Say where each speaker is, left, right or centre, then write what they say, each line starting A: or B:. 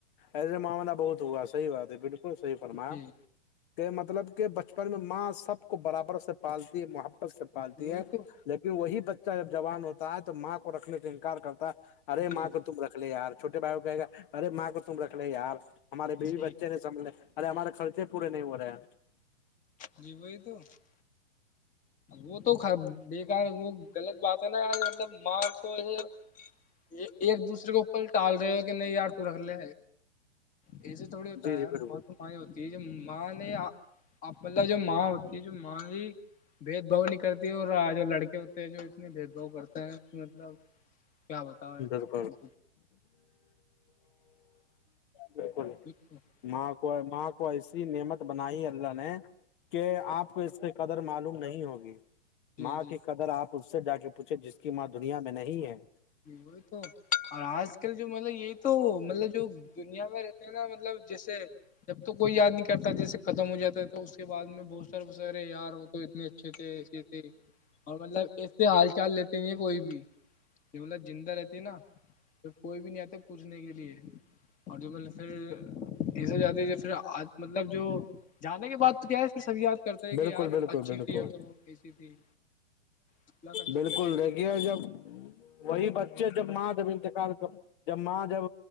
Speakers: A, on the left; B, on the left.
A: ایسے معاملہ بہت ہوا صحیح بات ہے بالکل صحیح فرمایا
B: جی
A: کہ مطلب کہ بچپن میں ماں سب کو برابر سے پالتی ہے محبت سے پالتی
B: وہی
A: ہے
B: تو
A: لیکن وہی بچہ جب جوان ہوتا ہے تو ماں کو رکھنے سے انکار کرتا ہے ارے
B: جی
A: ماں کو تم رکھ لے یار چھوٹے بائی کو کہے گا ارےاں کو تم رکھ لے یار ہمارے بیوی
B: جی
A: بچے نے <unintelligible> مج ارے ہمارے خرچے پورے نہیں ہو رہے ہیں <unintelligible>
B: جی بئی تو <unintelligible> وہ تو بےیکار وہ غلط بات ہے نا ار مطلب ماں کو ایسے یہ ایک دوسرے کو اوپل ٹال رہے ہو کہ نہیں یار تو رکھ لے ای سی تھوڑی ہوتا
A: جی جی
B: ہے
A: بالکل
B: ار ہوتی ہے جو ماں نے اپلہ جو ماں ہوتی ہے جو ماں ہی بھید بھاؤ نہیں کرتی اور جو لڑکے ہوتے ہیں جو اتنے بھید بھؤ کرتے ہیں مطلب کیا بتاؤ
A: بالک بالکل <unintelligible>
B: ٹھ تو <unintelligible>
A: ماں کو ماں کو ایسی نعمت بنائی اللہ نے کہ آپ کو اس کی قدر معلوم نہیں ہوگی ماں
B: جی
A: کی قدر آپ اس سے جا کے پوچھے جس کی ماں دنیا میں نہیں ہے
B: وہ تو اور آج کل جو مطلب یہی تو مطلب جو دنیا میں رہتے ہیں نا مطلب جیسے جب تو کوئی یاد نہیں کرتا جیسے ختم ہو جاتا ہے <unintelligible> تو اس کے بعد میں بوسر وسرے یار ہو تو اتنے اچھے تھے ایسے تھے <unintelligible> اور مطلب اس سے حال چال لیتے نہیں ہیں کوئی بھی ج بول زندہ رہتی نا <unintelligible> پھر کوئی بھی نہیں آتا پوچھنے کے لیے اور جو مطب پھر <unintelligible> ایسے جاتے پھر مطلب جو جانے کے بع تو کیا ہے پ سب یاد کرتے ہیں کہ
A: بالکل
B: یار
A: بالکل
B: اچھی
A: بالکل
B: تھی ہے تو <unintelligible> وہ ایسی تھی اللہ کا
A: بالکل
B: کرے گے
A: دیکھیے جب وہی جب ماں جب انتقال کر جب ماں جب